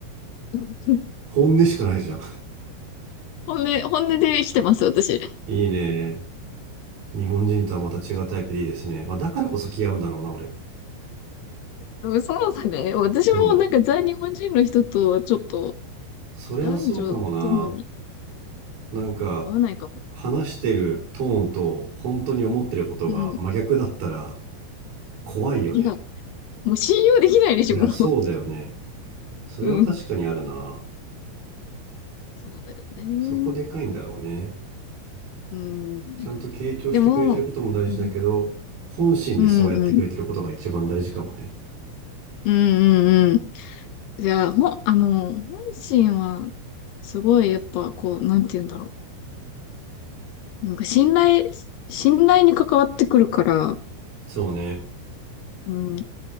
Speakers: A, on the left (about 75°); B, on the right (about 55°).
A: <laughs>
B: 本音しかないじゃん。
A: 本音、本音で生きてます、私。
B: <laughs>
A: で
B: いいね。日本人とはまた違うタイプでいいですね。まあ、だからこそ気が合うんだろうな、俺。
A: もそうだね。私もなんか在日本人の人とはちょっと
B: そう。それはそうかもな。
A: 男女ともに
B: なんか、
A: 合わないかも。
B: 話してるトーンと本当に思ってることが真逆だったら
A: うん。
B: 怖いよね。
A: いや、もう信用できないでしょ、
B: いや、
A: も
B: そうだよね。それは確かにあるな。
A: う。うん。そうだよね。
B: そこでかいんだろうね。
A: うん。
B: ちゃんと傾聴してくれてることも大事だけど、
A: でも、うん、
B: 本心でそうやってくれてることが一番大事かもね。
A: うん、うん、うん、うん。じゃあ、ほん、あの、本心は、すごい、やっぱ、こう、なんて言うんだろう。なんか信頼、信頼に関わってくるから、
B: そうね。
A: うん、